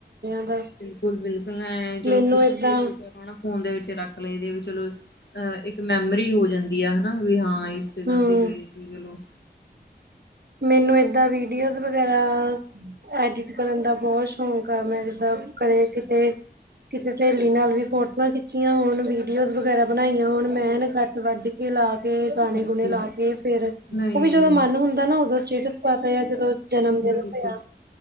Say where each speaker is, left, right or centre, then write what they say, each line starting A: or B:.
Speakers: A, on the right; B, on the left.
A: ਦਾ
B: ਬਿਲਕੁਲ, ਬਿਲਕੁਲ ਐਵੇਂ ਚਲੋ
A: ਮੈਨੂੰ
B: ਖਿੱਚ
A: ਏਦਾਂ
B: ਕੇ ਦੋ ਚਾਰ ਹਨਾ। ਫੋਨ ਦੇ ਵਿੱਚ ਰੱਖ ਲਈਦੇ ਵੀ ਚਲੋ ਅਹ ਇੱਕ ਮੈਮਰੀ ਹੋ ਜਾਂਦੀ ਆ, ਹੈਨਾ ਵੀ ਹਾਂ ਇਸ ਜਗਾਹ
A: ਹੂੰ
B: ਤੇ ਗਏ। ਕੀ ਗਲੋਂ।
A: ਮੈਨੂੰ ਏਦਾਂ ਵੀਡੀਓਸ ਵਗੈਰਾ ਐਡਿਟ ਕਰਨ ਦਾ ਬਹੁਤ ਸ਼ੌਕ ਆ, ਮੈਂ ਜਿਦਾਂ ਕਦੇ ਕਿਤੇ ਕਿਸੇ ਸਹੇਲੀ ਨਾਲ ਵੀ ਫੋਟੋਆਂ ਖਿੱਚੀਆਂ ਹੋਣ, ਵੀਡੀਓ ਵਗੈਰਾ ਬਣਾਈਆਂ ਹੋਣ ਮੈ ਨਾ ਟ ਵੱਢ ਕੇ ਲਾ ਕੇ ਗਾਣੇ
B: ਓਕੇ
A: ਗੁਣੇ ਲਾ ਕੇ, ਫੇਰ
B: ਨਹੀਂ
A: ਉਹ ਵੀ ਜਦੋਂ
B: ਨਹੀਂ
A: ਮਨ ਹੁੰਦਾ ਨਾ ਜਦੋਂ ਸਟੇਟਸ ਪਾਤਾ, ਯਾ ਜਦੋਂ ਜਨਮ ਦਿਨ
B: ਬਿਲਕੁਲ,
A: ਹੋਇਆ